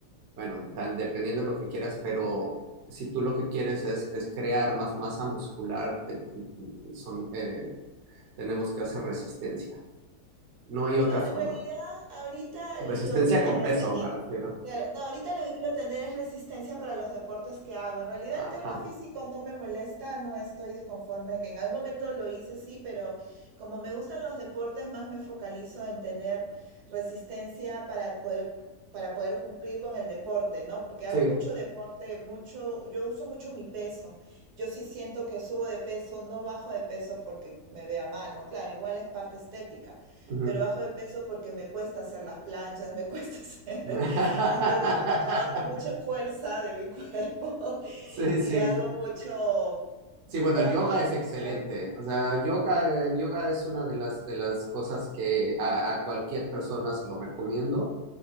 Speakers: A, on the right; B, on the right.
A: bueno, tan, dependiendo de lo que quieras, pero si tú lo que quieres es, es crear más masa muscular, te- te- son, eh, tenemos que hacer resistencia. No hay otra
B: No, en
A: forma.
B: realidad ahorita
A: Resistencia
B: lo que quiero
A: con peso,
B: es tener,
A: me refiero.
B: claro, no, ahorita lo que quiero tener es resistencia para los deportes que hago. En realidad
A: Ajá.
B: el tema físico no me molesta, no estoy disconforme, que en algún momento lo hice sí, pero como me gustan los deportes, más me focalizo en tener resistencia para poder, para poder cumplir con el deporte, ¿no? Porque hago
A: Sí.
B: mucho deporte, mucho, yo uso mucho mi peso. Yo sí siento que subo de peso, no bajo de peso porque me vea mal, ¿no? Claro, igual es parte estética
A: Ujú.
B: pero bajo de peso porque me cuesta hacer las planchas, me cuesta hacer.
A: <laughs>
B: <laughs> Entonces, como trabajo mucha fuerza de mi cuerpo <laughs>
A: Sí,
B: y
A: sí.
B: hago mucho burpees,
A: Sí, bueno, yoga es
B: creo
A: excelente.
B: que se llama.
A: O sea, yoga, eh, yoga es una de las, de las cosas que a, a cualquier persona se lo recomiendo,